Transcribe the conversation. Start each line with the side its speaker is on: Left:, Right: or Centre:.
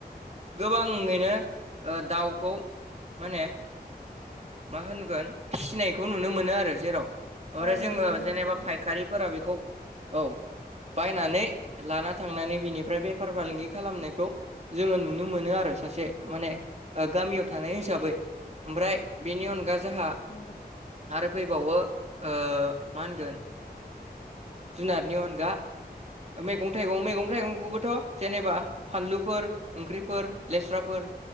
Right: गोबाङैनो दाउखौ माने मा होनगोन फिसिनाय खौ नुनो मोनो आरो जेराव ओमफ्राय
Left: औ नंगौ
Right: जोङो
Left: नंगौ
Right: जेनेबा
Left: औ नंगौ नोंथां
Right: फायखारिफोरा बेखौ औ बायनानै लाना थांनानै बिनिफ्राय बेफार फालांगि खालामनायखौ जोङो नुनो मोनो आरो सासे माने गामियाव थानाय हिसाबै ओमफ्राय बेनि अनगा जोंहा
Left: नोंगो
Right: आरो फैबावो मा होनगोन जुनारनि अनगा मैगं थाइगं मैगं थाइगंखौबोथ' जेनेबा फानलुफोर ओंख्रिफोर लेस्राफोर